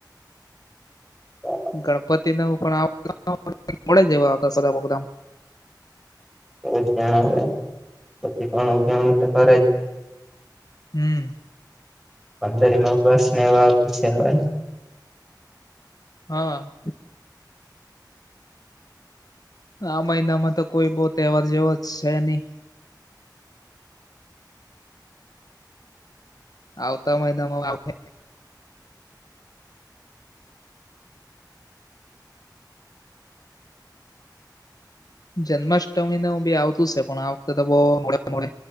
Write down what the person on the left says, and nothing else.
ગણપતિનો પણ આ <unintelligible> બધા પ્રોગ્રામ.
હમ.
હ. આ મહિનામાં તો કોઈ બો તહેવાર જેવો છે ની આવતા મહિનામાં આવહે જન્માષ્ટમી ને એવું બી આવતું છે, પણ આ વખતે તો બો મોડે મોડે